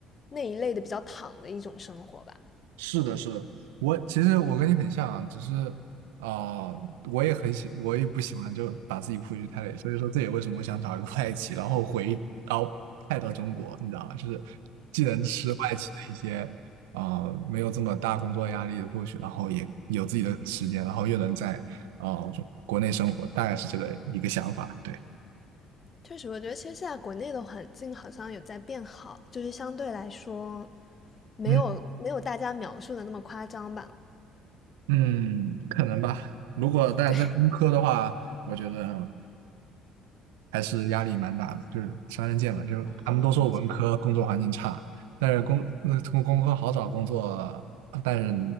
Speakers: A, on the left; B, on the right.
A: 那一类的比较躺的一种生活吧。
B: 是的，是的，我其实我跟你很像啊，只是啊、呃我也很喜，我也不喜欢就把自己 push 太累，所以说这也为什么我想找一个外企，然后回，到派到中国，你知道吗？就是既能吃外企的一些啊、呃没有这么大工作压力的 push，然后也有自己的时间，然后又能在啊、呃国内生活，大概是这个一个想法，对。
A: 确实，我觉得其实现在国内的环境好像有在变好，就是相对来说，没有没有大家描述的那么夸张吧。
B: 嗯嗯，可能吧。如果但在工科的话，
A: 对，
B: 我觉得。还是压力蛮大的，就是双刃剑嘛，就他们都说文科工作环境差，
A: 哦，这样，
B: 但是工呃工工科好找工作，但是